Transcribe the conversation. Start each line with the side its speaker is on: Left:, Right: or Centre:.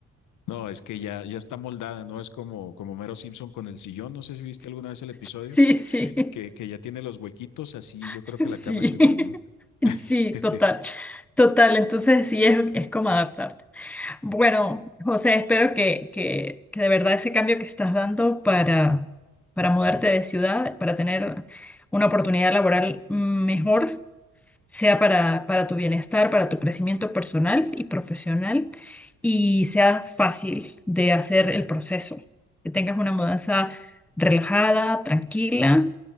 Left: no, es que ya ya está moldada, no es como como Homero Simpson con el sillón, no sé si viste alguna vez el episodio
Centre: Sí, sí,
Left: que que ya tiene los huequitos así, yo creo
Centre: <laughs>
Left: que
Centre: sí,
Left: la cama es igual, ¿no?
Centre: <laughs> sí,
Left: <laughs>
Centre: total, total. Entonces sí es, es como adaptarte. Bueno, José, espero que, que, que de verdad ese cambio que estás dando para, para mudarte de ciudad, para tener una oportunidad laboral mm, mejor, sea para, para tu bienestar, para tu crecimiento personal y profesional, y sea fácil de hacer el proceso, que tengas una mudanza relajada, tranquila